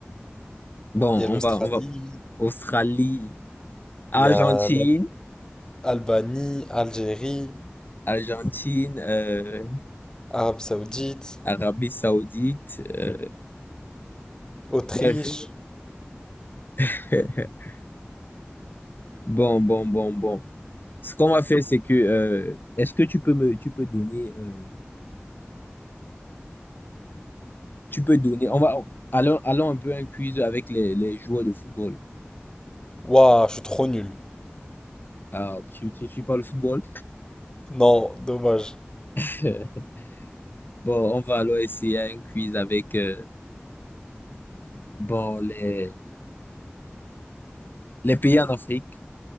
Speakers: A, on the left; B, on the left.
A: Bon,
B: Il y a
A: on
B: l'Australie.
A: va, on va. Australie, Argentine,
B: Il y a l'Albanie, Algérie,
A: Argentine, euh,
B: Arabie Saoudite,
A: Arabie Saoudite. euh,
B: Autriche.
A: bref. <laughs> Bon, bon, bon, bon. Ce qu'on va faire, c'est que, euh, est-ce que tu peux me, tu peux donner, euh, Tu peux donner. On va, allons, allons un peu un quiz avec les, les joueurs de football.
B: Waouh, je suis trop nul.
A: Alors, tu, tu ne suis pas le football?
B: Non, dommage.
A: <laughs> Bon, on va alors essayer un quiz avec euh, bon, les, les pays en Afrique.